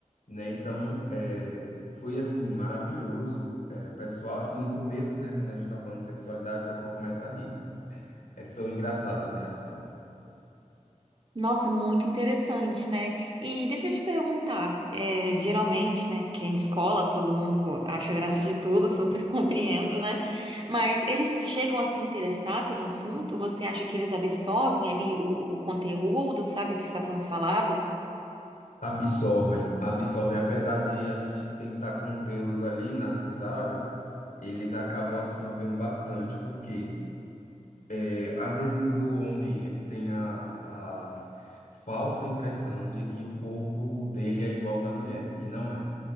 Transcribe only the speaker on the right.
Nossa, muito interessante, né? E deixa eu te perguntar, é, geralmente, né? Porque em escola todo mundo acha graça de tudo, super <laughs> compreendo, né? Mas eles chegam a se interessar pelo assunto? Você acha que eles absorvem ali o, o conteúdo, sabe, o que está sendo falado?